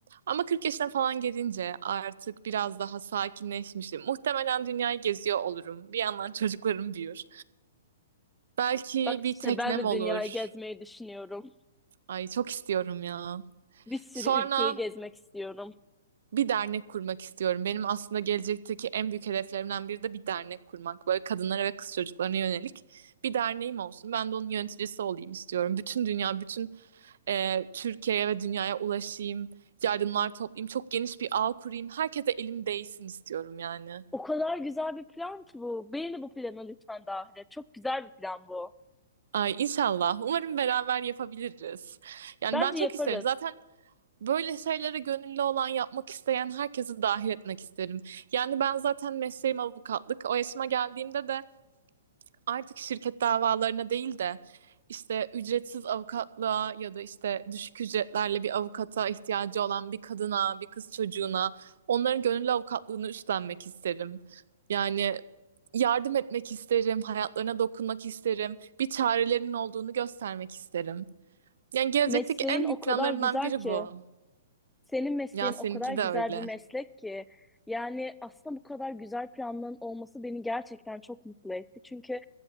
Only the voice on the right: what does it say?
Ama 40 yaşına falan gelince artık biraz daha sakinleşmişim. Muhtemelen dünyayı geziyor olurum. Bir yandan <laughs> çocuklarım büyür. Belki
bir
teknem
olur.
Ay çok istiyorum ya.
Sonra
bir dernek kurmak istiyorum. Benim aslında gelecekteki en büyük hedeflerimden biri de bir dernek kurmak. Böyle kadınlara ve kız çocuklarına yönelik bir derneğim olsun. Ben de onun yöneticisi olayım istiyorum. Bütün dünya, bütün e, Türkiye'ye ve dünyaya ulaşayım, yardımlar toplayayım, çok geniş bir ağ kurayım. Herkese elim değsin istiyorum yani.
Ay inşallah. Umarım beraber yapabiliriz. Yani
ben çok
isterim. Zaten böyle şeylere gönüllü olan, yapmak isteyen herkesi dahil etmek isterim. Yani ben zaten mesleğim avukatlık. O yaşıma geldiğimde de artık şirket davalarına değil de işte ücretsiz avukatlığa ya da işte düşük ücretlerle bir avukata ihtiyacı olan bir kadına, bir kız çocuğuna onların gönüllü avukatlığını üstlenmek isterim. Yani yardım etmek isterim, hayatlarına dokunmak isterim, bir çarelerinin olduğunu göstermek isterim. Yani gelecekteki
en
büyük
planlarımdan
biri
bu.
Ya seninki
de öyle.